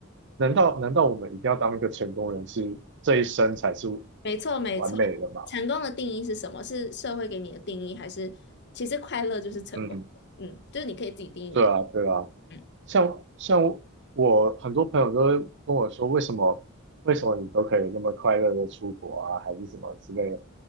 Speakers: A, on the right; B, on the left.
A: 难道难道我们一定要当一个成功人士，这一生才是
B: 没错，没错。
A: 完美的吗？
B: 成功的定义是什么？是社会给你的定义，还是其实快乐就是成功的？
A: 嗯，
B: 嗯，就是你可以自己定义你的。
A: 对啊对啊，
B: 嗯
A: 像像我很多朋友都会跟我说，为什么为什么你都可以那么快乐的出国啊，还是什么之类的，